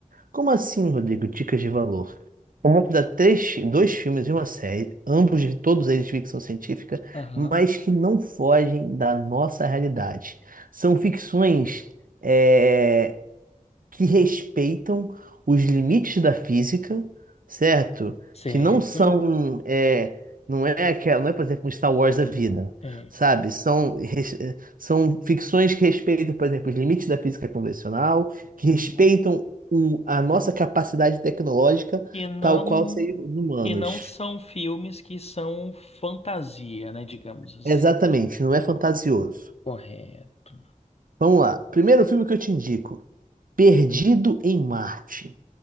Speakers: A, on the right (about 80°); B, on the left (about 50°).
A: Como assim, Rodrigo? Dicas de valor? Eu vou te dar três, dois filmes e uma série, ambos de todos eles de ficção científica,
B: Aham,
A: mas que não fogem da nossa realidade. São ficções é, que respeitam os limites da física, certo?
B: certo.
A: Que não são, é, não é que não é, por exemplo, um Star Wars da vida,
B: É.
A: sabe? São, res- eh, são ficções que respeitam, por exemplo, os limites da física convencional, que
B: Uhum.
A: respeitam o, a nossa capacidade tecnológica,
B: E não,
A: tal qual seres humanos.
B: e não são filmes que são fantasia, né, digamos assim.
A: Exatamente, não é fantasioso.
B: Correto.
A: Vamos lá. Primeiro filme que eu te indico. Perdido em Marte.